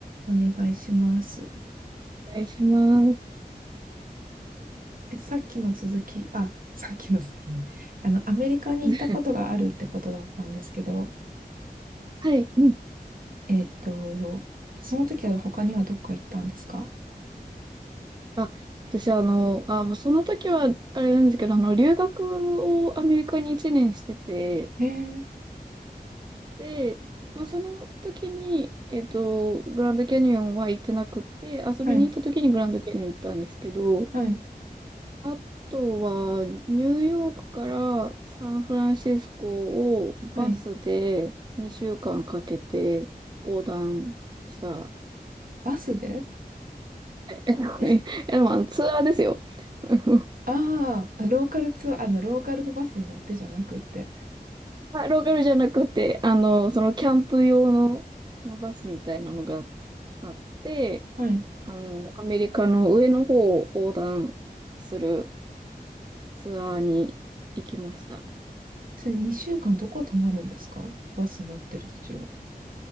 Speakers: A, on the right; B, on the right.
A: お願いします。
B: 願いします。
A: え、さっきの続き、あ、さっきの続きなんで、あの、アメリカに行ったことがあるってことだったんですけど、
B: <laughs> はい、うん。
A: えっと、その時は他にはどっか行ったんですか
B: あ、私、あの、あ、もうその時は、あれなんですけど、あの、留学をアメリカに1年してて、
A: えー、
B: で、まあ、その時に、えっと、グランドキャニオンは行ってなくて、遊びに行った時にグランドキャニオン行ったんですけど、
A: はい、はい、
B: あとは、ニューヨークからサンフランシスコをバスで2週間かんかけて横断した
A: はい。バスで
B: え、<laughs>
A: え、
B: えでもあのツアーですよ。<laughs>
A: ああー、ローカルツアー、あの、ローカルのバスに乗ってじゃなくって。
B: まあローカルじゃなくて、あの、そのキャンプ用の、あのバスみたいなのがあって、
A: はい。
B: あの、アメリカの上の方を横断するツアーに行きました。
A: それ2週間どこ泊まるんですかバスに乗ってる途中。